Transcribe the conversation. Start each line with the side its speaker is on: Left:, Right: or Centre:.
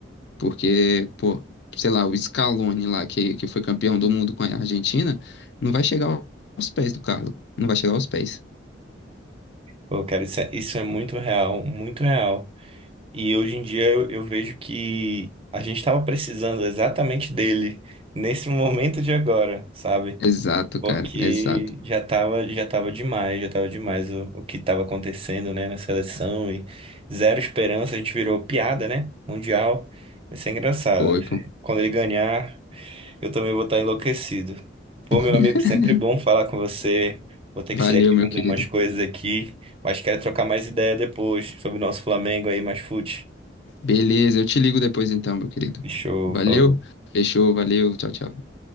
Left: porque, pô, sei lá, o Scaloni lá, que, que foi campeão do mundo com a Argentina, não vai chegar aos pés do Carlo, não vai chegar aos pés.
Right: Pô, cara, isso é, isso é muito real, muito real. E hoje em dia eu, eu vejo que a gente estava precisando exatamente dele nesse <laughs> momento de agora, sabe?
Left: Exato,
Right: Porque
Left: cara. Exato.
Right: já tava, já tava demais, já tava demais o, o que estava acontecendo, né, na seleção e zero esperança, a gente virou piada, né? Mundial. Vai ser engraçado.
Left: Foi, pô.
Right: Quando ele ganhar. Eu também vou estar enlouquecido. Pô,
Left: <laughs>
Right: meu amigo, sempre bom falar com você. Vou ter
Left: Valeu,
Right: que sair aqui
Left: meu
Right: fazer
Left: querido.
Right: umas coisas aqui, mas quero trocar mais ideia depois sobre o nosso Flamengo aí, mais fute.
Left: Beleza, eu te ligo depois então, meu querido.
Right: Show,
Left: Valeu.
Right: falou.
Left: Fechou, valeu. Tchau, tchau.